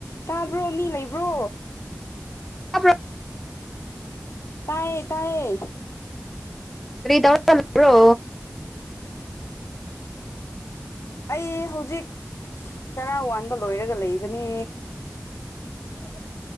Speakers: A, on the left; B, in the centre.
A: ꯇꯥꯕ꯭ꯔꯣ ꯃꯤ ꯂꯩꯕ꯭ꯔꯣ
B: ꯇꯥꯕ꯭ꯔꯣ
A: ꯇꯌꯦ ꯇꯌꯦ
B: ꯊ꯭ꯔꯤ ꯊꯥꯎꯖꯟ꯭ꯔꯣ
A: ꯑꯩ ꯍꯧꯖꯤꯛ ꯆꯔꯥ ꯋꯥꯟꯕ ꯂꯣꯏꯔꯒ ꯂꯩꯕꯅꯦ ꯍꯗ